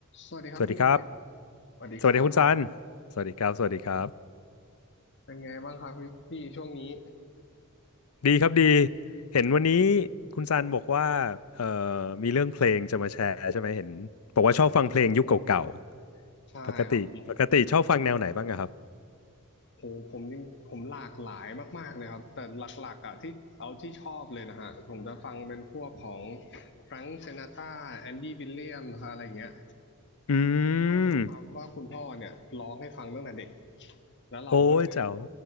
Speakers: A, on the left (about 55°); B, on the left (about 80°).
A: สวัสดีครับพี่
B: สวัสดีครับ
A: สวัสดีครับ
B: สวัสดีคุณซันสวัสดีครับ สวัสดีครับ
A: เป็นไงบ้างครับพี่พี่ช่วงนี้
B: ดีครับดี เห็นวันนี้คุณซันบอกว่าเอ่อมีเรื่องเพลงจะมาแชร์ใช่ไหมเห็นบอกว่าชอบฟังเพลงยุคเก่าๆปกติปกติชอบฟังแนวไหนบ้างอะครับ
A: ใช่ครับผมโหผมจริงผมหลากหลายมากๆเลยครับแต่หลักๆอ่ะที่เอาที่ชอบเลยนะฮะผมจะฟังเป็นพวกของแฟรงค์ซินาตราแอนดี้วิลเลียมนะครับอะไรอย่างเงี้ย
B: อื
A: เพราะด้วยความว่าคุณพ่อเนี่ยร้องให้ฟังตั้งแต่เด็ก
B: ม
A: แล้วเราก็เลย
B: โอ้ยเจ้า